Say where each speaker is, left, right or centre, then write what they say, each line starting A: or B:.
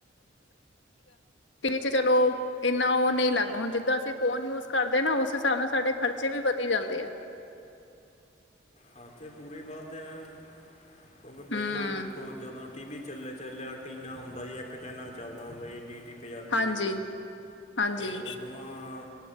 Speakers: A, on the left (about 80°); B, on the left (about 40°).
A: ਤੇ ਨੀਚੇ ਚਲੋ ਏਨਾ ਓ ਨੀ ਲੱਗਦਾ, ਹੁਨ ਜਿੱਦਾ ਅਸੀ ਫੋਨ ਯੂਜ ਕਾਰਦੇ ਨਾ, ਓਸ ਹਿਸਾਬ ਨਾਲ ਸਾਡੇ ਖਰਚੇ ਵੀ ਵਧੀ ਜਾਂਦੇ ਐ।
B: ਹ ਤੇ ਪੂਰੇ ਈ ਵੱਧਦੇ ਐਨਾ ਨੂੰ ਕਿਓਕਿ ਪੈਲਾਂ
A: ਹੂੰ
B: ਦੇਖੋ ਜਦੋਂ ਟੀ ਵੀ ਚੱਲੇ, ਚੱਲਦਾ ਐਂਟੀਨਾ ਹੁੰਦਾ ਹੀ, ਏਕ ਚੈਨਲ ਚੱਲਦਾ ਹੁੰਦਾ ਹੀ, ਡੀ ਟੀ ਪੰਜਾਬੀ,
A: ਹਾਂਜੀ ਹਾਂਜੀ
B: ਤੇ ਓੱਦੋ ਆਂ